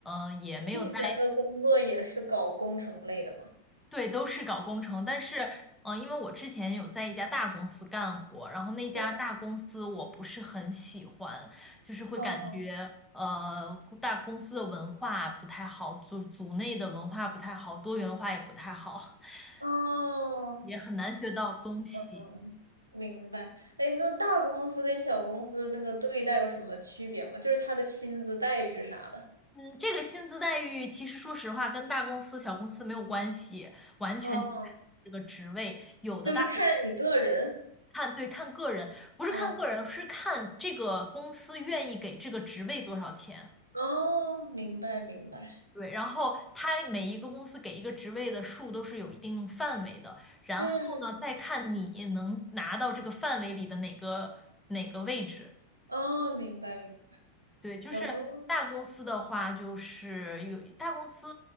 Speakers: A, in the centre; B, on the right.
A: 呃也没有待
B: 你以前的工作也是搞工程类的吗？
A: 对，都是搞工程，但是，嗯、因为我之前有在一家大公司干过，然后那家大公司我不是很喜欢，
B: 是啊，
A: 就是会感觉，
B: 哦，
A: 呃，大公司的文化不太好，组组内的文化不太好，多元化也不太好，<laughs>
B: 哦，
A: 也很难学到东西。
B: 嗯，明白。哎，那大公司跟小公司那个对待有什么区别吗？就是他的薪资待遇啥的。
A: 嗯，这个薪资待遇其实说实话跟大公司、小公司没有关系，完全就是看这个职位，
B: 哦，
A: 有的大。
B: 就是看你个人。
A: 看，对，看个人，不是看个人，
B: 哦，
A: 是看这个公司愿意给这个职位多少钱。
B: 哦，明白明白。
A: 对，然后它每一个公司给一个职位的数都是有一定范围的，然后呢，
B: 嗯，
A: 再看你能拿到这个范围里的哪个哪个位置。
B: 哦，明白明白。
A: 对，就是大公司的话，
B: 哦
A: 就是有大公司，